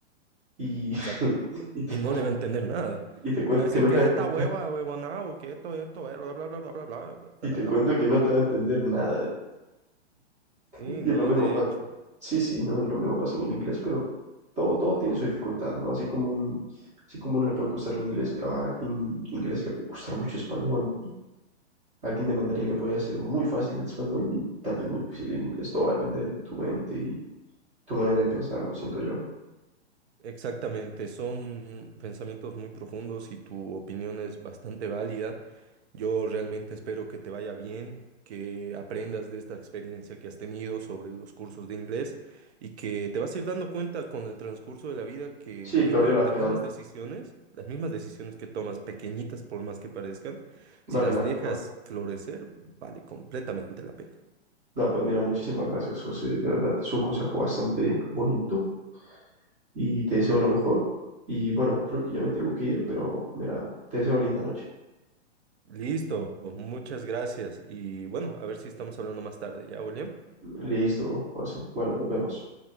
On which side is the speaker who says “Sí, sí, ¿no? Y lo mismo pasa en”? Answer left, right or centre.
Right